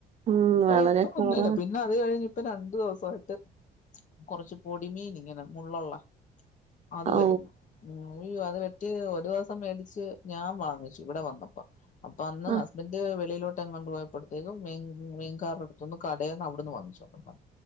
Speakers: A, on the right; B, on the left.
A: ഉം
B: ഇപ്പൊ
A: വളരെ
B: ഇപ്പൊ
A: കുറവാ
B: ഒന്നുല്ല പിന്നെ അത് കഴിഞ്ഞിട്ട് രണ്ടു ദിവസായി കൊറച്ച് പൊടിമീൻ ഇങ്ങനെ മുള്ളുള്ള അത്
A: ഔ
B: വരും ഉം അയ്യോ അത് വെറ്റി ഒരു ദിവസം മേടിച്ച് ഞാൻ വാങ്ങിച്ചു ഇവിടെ വന്നപ്പം വന്നോ
A: ആഹ്
B: ഹസ്ബൻഡ് വെള്ളിലോട്ടങ്ങാ പോയപ്പോഴ്തെക്കും മീ മീൻകാര് എടുത്തിന്നു കടയിന്ന് അവിടുന്ന് വാങ്ങിച്ചു